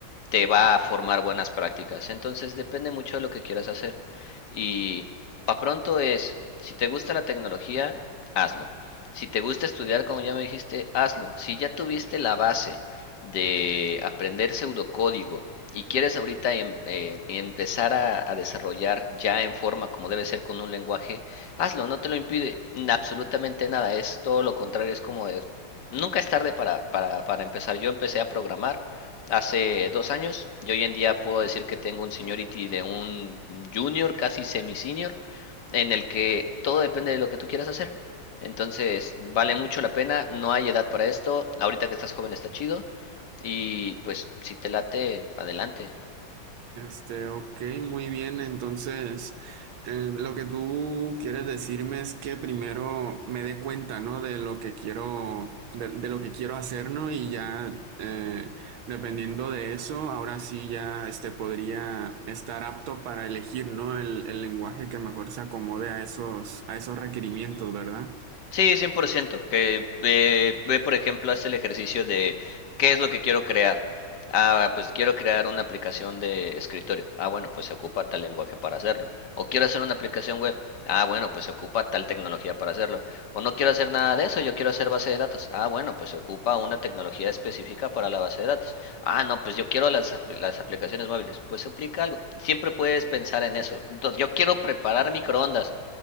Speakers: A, on the left; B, on the right.
A: te va a formar buenas prácticas. Entonces depende mucho de lo que quieras hacer. Y pa' pronto es, si te gusta la tecnología, hazlo. Si te gusta estudiar, como ya me dijiste, hazlo. Si ya tuviste la base de aprender pseudocódigo y quieres ahorita em- eh, empezar a, a desarrollar ya en forma como debe ser con un lenguaje, hazlo, no te lo impide n- absolutamente nada. Es todo lo contrario, es como es, nunca es tarde para, para, para empezar. Yo empecé a programar hace dos años y hoy en día puedo decir que tengo un seniority de un junior, casi semi-senior, en el que todo depende de lo que tú quieras hacer. Entonces, vale mucho la pena, no hay edad para esto, ahorita que estás joven está chido y pues si te late, adelante.
B: Este, ok, muy bien. Entonces, eh, lo que tú quieres decirme es que primero me dé cuenta, ¿no? De lo que quiero, de, de lo que quiero hacer, ¿no? Y ya, eh, dependiendo de eso, ahora sí ya, este, podría estar apto para elegir, ¿no? El, el lenguaje que mejor se acomode a esos, a esos requerimientos, ¿verdad?
A: Sí, 100%. Que ve, ve, por ejemplo, hace el ejercicio de qué es lo que quiero crear. Ah, pues quiero crear una aplicación de escritorio. Ah, bueno, pues se ocupa tal lenguaje para hacerlo. O quiero hacer una aplicación web. Ah, bueno, pues se ocupa tal tecnología para hacerlo. O no quiero hacer nada de eso, yo quiero hacer base de datos. Ah, bueno, pues se ocupa una tecnología específica para la base de datos. Ah, no, pues yo quiero las, ap- las aplicaciones móviles. Pues se aplica algo. Siempre puedes pensar en eso. Do- Yo quiero preparar microondas